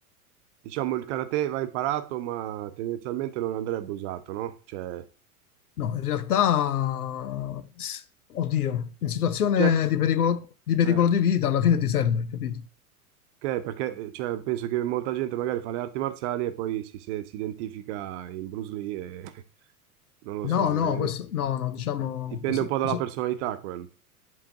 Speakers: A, on the right; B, on the left.
A: diciamo il karate va imparato, ma tendenzialmente non andrebbe usato, no? Cioè,
B: No, in realtà, oddio, in situazione
A: cioè,
B: di pericolo di, pericolo
A: eh,
B: di vita alla fine ti serve, capito?
A: ok, perché eh, cioè, penso che molta gente magari fa le arti marziali e poi si, se- si identifica in Bruce Lee e <laughs> non lo
B: No,
A: so, magari
B: no, questo, no, no, diciamo,
A: dipende
B: questo,
A: un po' dalla
B: so,
A: personalità quel